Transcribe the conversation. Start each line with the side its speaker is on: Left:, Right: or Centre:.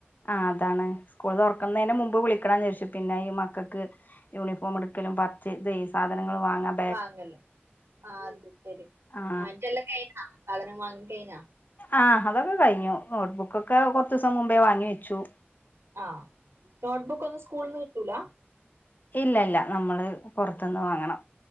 Left: ആ, അതാണ് സ്കൂൾ തൊർക്ക്ന്നെനു മുമ്പ് വിളിക്കണം വിചാരിചിനി. പിന്നെ ഈ മക്കൾക്ക് യൂണിഫോം എടുക്കലും പർചെയ്സേം സാധനങ്ങൾ വാങ്ങാൻ.
Right: വാങ്ങല്ലോആ അത് ശരി
Left: ആ
Right: വാങ്ങിറ്റല്ലാം കയിഞ്ഞ സാദനം വാങ്ങി കയ്ഞാ?
Left: ആഹ്, അതൊക്കെ കഴിഞ്ഞു. നോട്ട്ബുക്ക്ക്കൊക്കെ കൊർച്ചീസം മുമ്പേ വാങ്ങി വെച്ചു.
Right: ആഹ, നോട്ട്ബുക്ക് ഒന്നും സ്കൂളിൽ നിന്ന് കിട്ടൂല?
Left: ഇല്ലല്ല നമ്മള് പുറത്തുന്ന് വാങ്ങണം.